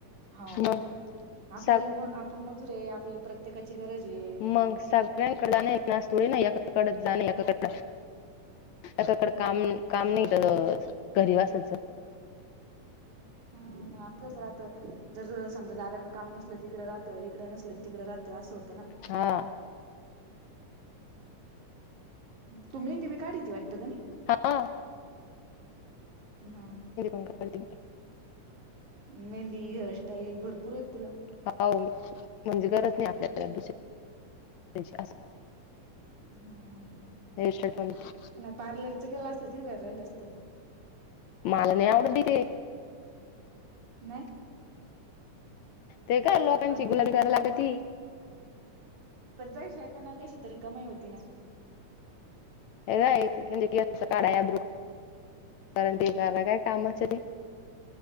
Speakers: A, on the right (about 65°); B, on the left (about 70°).
A: हांव
B: मग
A: आपल्यांला
B: स
A: मंग. पणं मजुरे आपल्यांला प्रत्येकांची गरजं आहे.
B: मंग सगळ्यांकड नाही नासतोडी नां एकांकड जाणे एकांकड. आंताकडं
A: हा
B: कामं कामं नाहीं घरी वासायचं.
A: हम्मं मंग आपलंच राहातं जरं समजां दादाकडे कामं नसलं तिकडे तं इकडं नसलं तिकडं राहतं असं होतं नां
B: हा
A: तूं मेहंदी बी काढीती वाटते
B: हा
A: ह का <inaudible> <unintelligible>
B: ल् <unintelligible> <unintelligible>
A: मेहंदी हेअरस्टाईल भरंपूर आहेतं तुंला
B: हो म्हणजे गरजं नाहीं आपल्यांला दुसऱ्यां असं
A: हम्मं
B: हे शतं पणं
A: पार्लर चं केलं असतं किती भारी राहिलं असतं
B: मलां नाहीं आवडतं ते
A: नाहीं
B: ते कां लोकांची
A: पाणी पिती
B: गुलामी करायंला
A: का
B: लागतं ती
A: पणं पैसे येते नां कशी तरी कमांई होती नां
B: हे कायं घरी गेलं की काढांवा कारणं ते कलां कायं कामाचं ते